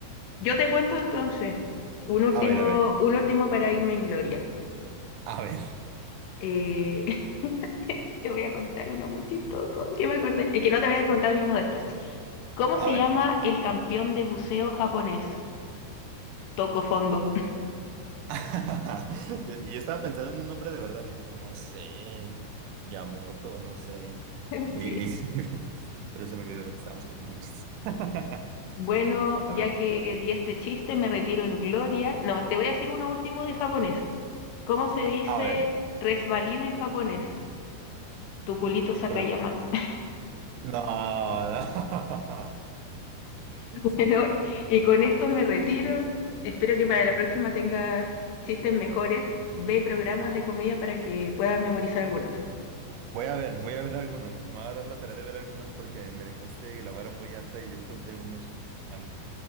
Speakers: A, on the left (about 75°); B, on the right (about 85°).
A: yo te cuento entonces. Un último,
B: A ver, a ver,
A: un último para irme en gloria.
B: a ver,
A: Eh, <laughs> te voy a contar uno muy chistoso que me acordé. Es que no te había contado ni uno de estos. ¿Cómo
B: a
A: se
B: ver.
A: llama el campeón de buceo japonés? Toco fondo.
B: <laughs> Y y yo estaba pensando en un nombre de verdad, dije, no sé, Yamoto, no sé.
A: <laughs>
B: Y-
A: Sí.
B: y- <laughs> pero se me olvidó que estábamos contando chistes. <laughs> A
A: Bueno, ya
B: ver,
A: que di este chiste, me retiro en gloria. No, te voy a decir uno último de japonés. ¿Cómo se dice
B: a, a ver.
A: resbalín en japonés? Tuculito Sakayama.
B: R-
A: <laughs>
B: No, no. <laughs>
A: Bueno, y con esto me retiro. Espero que para la próxima tengas chistes mejores. Ve programas de comedia para que puedas memorizar algunos.
B: Voy a ver, voy a ver algunos. Me voy a dar la tarea de ver algunos porque me dejaste la vara muy alta y yo conté unos malos.